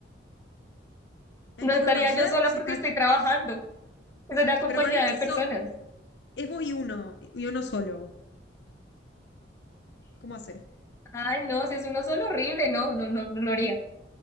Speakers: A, on the left; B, on the left.
A: ¿A
B: No
A: quién
B: estaría
A: puedes conocer?
B: yo sola
A: Si
B: porque
A: está...
B: estoy trabajando. Es una compañía
A: Pero ponerle
B: de
A: que
B: personas.
A: eso es vos y uno, y uno solo. ¿Cómo haces?
B: Ay, no, si es uno solo, horrible. No, no, no, no lo haría.